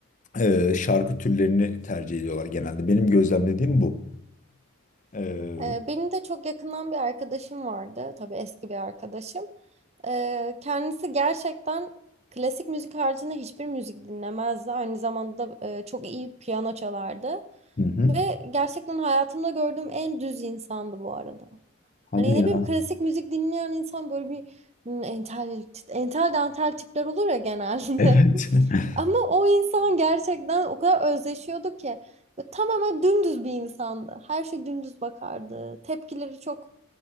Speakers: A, on the left; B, on the right.
A: e, şarkı türlerini tercih ediyorlar genelde. Benim gözlemlediğim bu. E,
B: Ee, benim de çok yakından bir arkadaşım vardı. Tabii eski bir arkadaşım. Ee, kendisi gerçekten klasik müzik haricinde hiçbir müzik dinlemezdi. Aynı zamanda e, çok iyi piyano çalardı.
A: hı hı.
B: Ve gerçekten hayatımda gördüğüm en düz insandı bu arada.
A: Hadi
B: Hani ne
A: ya.
B: bileyim klasik müzik dinleyen insan böyle bir hmm, entel, entel dantel tipler olur ya genelde.
A: Evet. <laughs>
B: <laughs> Ama o insan gerçekten o kadar özleşiyordu ki. Böyle tamamen dümdüz bir insandı. Her şey dümdüz bakardı. Tepkileri çok